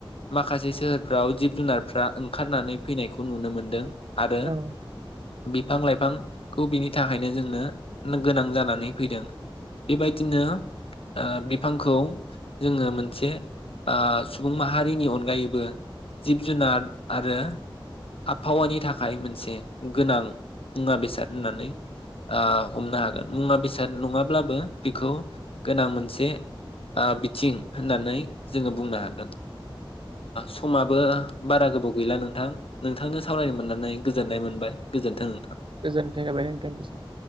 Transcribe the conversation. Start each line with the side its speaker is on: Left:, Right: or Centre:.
Left: माखासे सोहोरफ्राव जिब जुनारफ्रा ओंखारनानै फैनायखौ नुनो मोनदों आरो
Right: औ
Left: बिफां लाइफांखौ बिनि थाखायनो जोंनो गोनां जानानै फैदों बेबायदिनो ओ बिफांखौ जोङो मोनसे ओ सुबुं माहारिनि अनगायैबो जिब जुनार आरो आबहावानि थाखाय मोनसे गोनां मुवा बेसाद होननानै ओ हमनो हागोन मुवा बेसाद नङाब्लाबो बेखौ गोनां मोनसे ओ बिथिं होननानै जोङो बुंनो हागोन समाबो बारा गोबाव गैला नोंथां नोंथांनो सावरायनो मोननानै गोजोननाय मोनबाय गोजोन थों नोंथां
Right: गोजोनाय थाबाय नोंथांनिसिम